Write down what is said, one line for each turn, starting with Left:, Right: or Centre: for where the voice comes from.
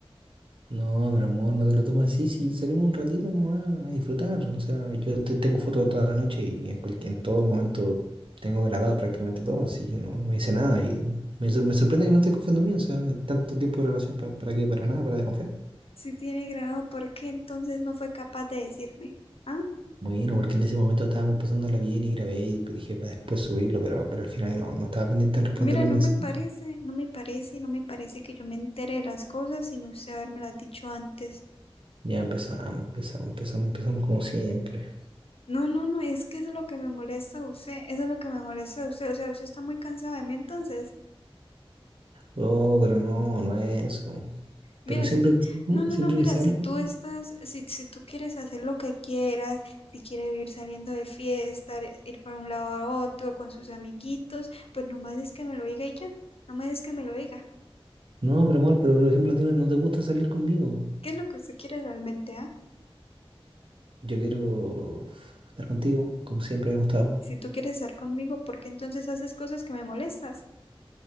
Right: No, pero amor, no te lo tomas así, si salimos un ratito nomás a disfrutar. O sea, yo te tengo fotos toda la noche y en cualquier, en todo momento tengo grabado prácticamente todo, así que no, no hice nada. Y me, sor- me sorprende que no estés confiando en mí, o sea, tanto tiempo de relación pa- para qué, para nada, para desconfiar.
Left: Si tiene grado, ¿por qué entonces no fue capaz de decirme? Ah,
Right: Bueno, porque en ese momento estábamos pasándola bien y grabé y dije para después subirlo, pero, pero al final no, no estaba pendiente en responder
Left: mira,
Right: los
Left: no
Right: mensajes.
Left: me parece, no me parece, no me parece que yo me entere de las cosas sin usted habérmelas dicho antes.
Right: Ya empezamos, empezamos, empezamos, empezamos como siempre.
Left: No, no, no, es que eso es lo que me molesta a usted, eso es lo que me molesta a usted, o sea, usted está muy cansada de mí, entonces,
Right: Oh, pero no, no es eso.
Left: mira,
Right: Pero siempre
Left: si, us-
Right: que salgo,
Left: no, no,
Right: siempre
Left: no, mira,
Right: que salgo,
Left: si tú estás, si, si tú quieres hacer lo que quieras, si quieres vivir saliendo de fiesta, ir para un lado a otro con sus amiguitos, pues nomás es que me lo diga y ya, nomás es que me lo diga.
Right: No, pero amor, pero por ejemplo, a ti no no te gusta salir conmigo.
Left: ¿Qué es lo que usted quiere realmente, ah?
Right: Yo quiero uf, estar contigo, como siempre hemos estado.
Left: Si tú quieres estar conmigo, ¿por qué entonces haces cosas que me molestas?